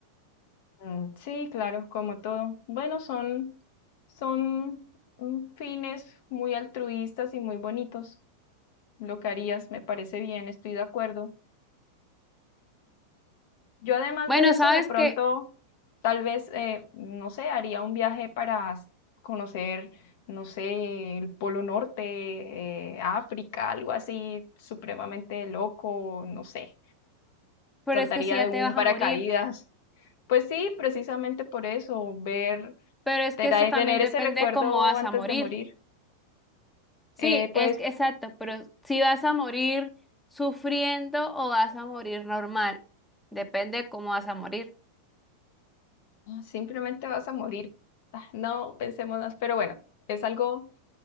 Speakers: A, on the left; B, in the centre.
A: Mm, sí, claro, como todo. Bueno, son, son mm, fines muy altruistas y muy bonitos. Lo que harías, me parece bien, estoy de acuerdo. Yo además
B: Bueno,
A: de eso,
B: sabes
A: de pronto,
B: que,
A: tal vez, eh, no sé, haría un viaje para s- conocer, no sé, el Polo Norte, eh, África, algo así supremamente loco, no sé.
B: pero
A: Saltaría
B: es que si ya
A: de un
B: te vas
A: paracaídas.
B: a morir,
A: Pues sí, precisamente por eso, ver,
B: pero es
A: tera-
B: que eso también
A: tener ese
B: depende
A: recuerdo
B: de cómo vas
A: antes
B: a morir.
A: de morir.
B: Sí,
A: Eh,
B: es
A: pues
B: que- exacto, pero si vas a morir sufriendo o vas a morir normal, depende de cómo vas a morir.
A: ah, simplemente vas a morir. Ah, No pensemos más, pero bueno, es algo